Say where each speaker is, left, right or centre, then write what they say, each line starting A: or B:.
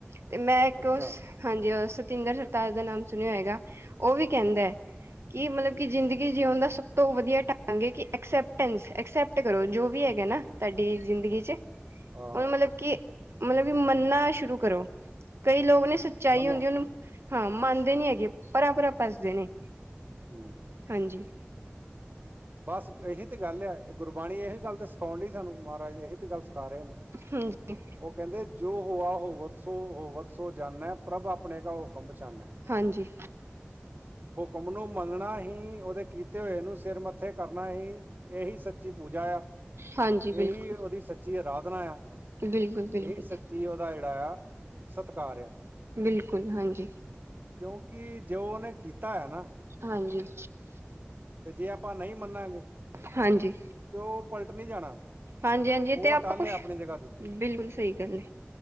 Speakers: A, on the right; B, on the right.
A: ਤੇ ਮੈਂ ਇੱਕ
B: ਅੱਛਾ
A: ਉਹ ਹਾਂ ਜੀ, ਸਤਿੰਦਰ ਸਰਤਾਜ ਦਾ ਨਾਮ ਸੁਣਿਆ ਹੈਗਾ। ਉਹ ਵੀ ਕਹਿੰਦਾ ਹੈ ਕਿ ਮਤਲਬ
B: ਹੂੰ
A: ਕਿ ਜ਼ਿੰਦਗੀ ਜੀਉਣ ਦਾ ਸਭ ਤੋਂ ਵਧੀਆ ਢੰਗ ਹੈ ਕਿ ਸਪਟਕਸਪਟ ਕਰੋ ਜੋ ਵੀ ਹੈਗਾ ਨਾ। ਤੁਹਾਡੀ ਜ਼ਿੰਦਗੀ 'ਚ
B: ਆਹੋ
A: ਉਹਨੂੰ ਮਤਲਬ ਕਿ ਮਤਲਬ ਕਿ ਮੰਨ ਨਾ ਸ਼ੁਰੂ ਕਰੋ ਕਈ ਲੋਕ ਨੇ ਸ ਚਾਹੀ
B: ਮੰਨੋ
A: ਹੁੰਦੀ ਉਹਨੂੰ ਹਾਂ ਮੰਨਦੇ ਨੀ ਹੈਗੇ ਪਰਾ ਪਰਾ ਭੱਜਦੇ ਨੇ।
B: ਹਮ
A: ਹਾਂਜੀ।
B: ਬਸ ਇਹੀ ਤੇ ਗੱਲ ਆ ਇਹ ਗੁਰਬਾਣੀ ਇਹੀ ਗੱਲ ਤੇ ਸਿਖਾਉਣ ਡਈ ਸਾਨੂੰ ਮਹਾਰਾਜ ਇਹੀ ਤੇ ਗੱਲ ਸਿਖਾ ਰਹੇ ਨੇ।
A: ਹਾਂਜੀ
B: ਉਹ ਕਹਿੰਦੇ ਜੋ ਹੋਆ ਹੋਵਤ ਸੋ ਹੋਵਤ ਸੋ ਜਾਨੇ ਪ੍ਰਭ ਆਪਣੇ ਕਾ ਹੁਕਮ ਪਛਾਨੇ।
A: ਹਾਂਜੀ
B: ਹੁਕਮ ਨੂੰ ਮੰਨਣਾ ਹੀ ਉਹਦੇ ਕੀਤੇ ਹੋਏ ਨੂੰ ਸਿਰ ਮ ਇੱਥੇ ਕਰਨਾ ਹੀ ਇਹੀ ਸੱਚੀ ਪੂਜਾ ਆ
A: ਹਾਂਜੀ ਬਿਲਕੁਲ
B: ਇਹੀ ਉਹਦੀ ਸੱਚੀ ਅਰਾਧਨਾ ਆ।
A: ਬਿਲਕੁਲ ਬਿਲਕੁਲ
B: ਇਹੀ ਸੱਚੀ ਉਹਦਾ ਜਿਹੜਾ ਆ ਸਤਿਕਾਰ ਆ।
A: ਬਿਲਕੁਲ ਹਾਂਜੀ।
B: ਕਿਉਂਕਿ ਜੋੇ ਉਹਨੇ ਕੀਤਾ ਹੈ ਨਾ
A: ਹਾਂਜੀ।
B: ਤੇ ਜੇ ਆਪਾਂ ਨਹੀਂ ਮੰਨਾਗੇ
A: ਹਾਂਜੀ।
B: ਤੇ ਉਹ ਪਲਟ ਨਹੀਂ ਜਾਣਾ
A: ਹਾਂਜੀ ਹਾਂਜੀ
B: ਉਹ
A: ਤੇ ਆਪਾਂ
B: ਅਟੱਲ
A: ਕੁਛ
B: ਹੈ ਆਪਣੀ ਜਗ੍ਹਾ ਦੇ ਉੱਤੇ
A: ਬਿਲਕੁਲ ਸਹੀ ਗੱਲ ਹੈ।